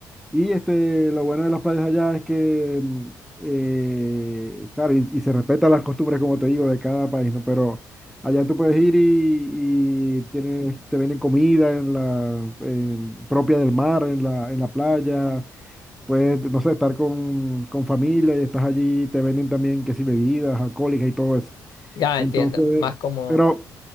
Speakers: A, in the centre; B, on the left (about 65°).
A: Y este, lo bueno de las playas allá es que, mm, eh, claro, y, y se respetan las costumbres, como te digo, de cada país, ¿no? Pero allá tú puedes ir y, y tienes, te venden comida en la, en- propia del mar, en la, en la playa. Puedes, no sé, estar con, con familia y estás allí, te venden también, que si bebidas alcohólicas y todo eso.
B: ya
A: Entonces,
B: entiendo, más como,
A: pero...